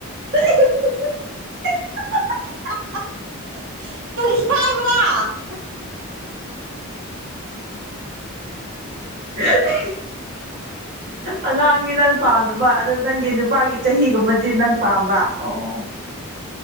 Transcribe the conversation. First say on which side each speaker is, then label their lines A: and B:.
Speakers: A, on the right (about 45°); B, on the right (about 65°).
A: <unintelligible>
B: ꯀꯔꯤ ꯍꯥꯏ ꯍꯥꯏꯕ꯭ꯔ
A: ꯍ
B: ꯑ
A: ꯑꯉꯥꯡꯗꯤ ꯅꯪ ꯄꯥꯝꯅꯕ ꯑꯗ ꯅꯪꯒꯤ ꯅꯨꯄꯥꯒꯤ ꯆꯍꯤꯒꯨꯝꯕꯗꯤ ꯅꯪ ꯄꯥꯝꯕ ꯑꯣ